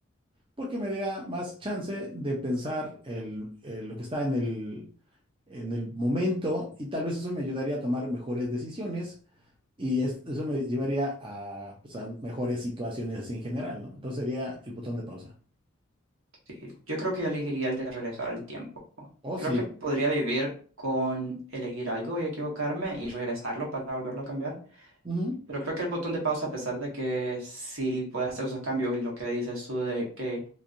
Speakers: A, on the right; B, on the right.
A: porque me daría más chance de pensar el- eh, lo que está en el, en el momento y tal vez eso me ayudaría a tomar mejores decisiones y es- eso me llevaría a, pues, a mejores situaciones así en general, ¿no? Entonces sería el botón de pausa.
B: Sí, yo creo que yo elegiría el de regresar al tiempo.
A: Oh,
B: Creo
A: sí.
B: que podría vivir con elegir algo y equivocarme y regresarlo para volverlo a cambiar.
A: Ujú,
B: Pero creo que el botón de pausa, a pesar de que sí puedes hacer esos cambios y lo que dices tú de que